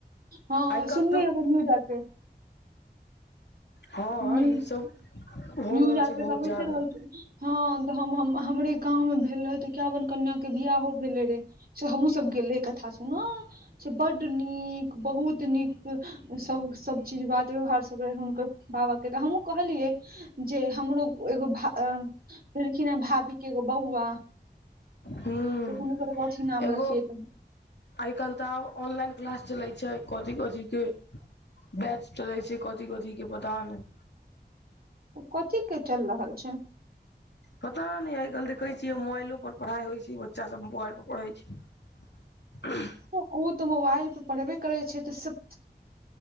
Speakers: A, on the right; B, on the left.
A: हँ
B: आइ काल्हि
A: सुननी
B: तऽ
A: हन एगो हमहूँ रखबै
B: हँ
A: न्यूज
B: ईसभ हो
A: न्यूज
B: रहल
A: आर
B: छै
A: पे
B: बहुत
A: तऽ अबैते
B: जादा
A: रहै छै हँ तऽ हम हमरे गाँव मे भेल रहे त इकाबन कन्या के बियाह हो भेलै रे से हमहुँ सब गेले कथा सुनअ बड नीक बहुत नीक सभ सब चीज बात व्यवहार सब रहै हुनकर बाबा तऽ हमहूँ कहलियै जे हमरो एगो भेलखिन हे भाभी के एगो बौआ
B: हूं
A: तऽ हुनकर कथि नाम
B: एगो
A: रखिए त
B: आइ काल्हि तऽ ऑनलाइन क्लास चलै छै कथी कथी के बैच चले छै कथी कथी के पता नइ
A: कथी के चलि रहल छै
B: पता नहि आइ काल्हि देखै छियै मोबाइलोपर पढ़ाइ होइ छै बच्चासभ मोबाइलपर पढ़ै छै <inaudible>
A: ओ तऽ मोबाइल पर पढ़बे करै छै तऽ सब